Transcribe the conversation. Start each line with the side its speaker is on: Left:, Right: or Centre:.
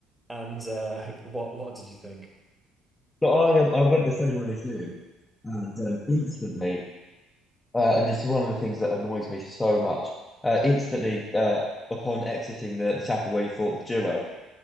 Centre: And uh <laughs> what what did you think?
Left: But I um I went the same way as you and um, instantly uh, and this is one of the things that annoys me so much. Uh, instantly uh, upon exiting the, the chapel where you fought the duo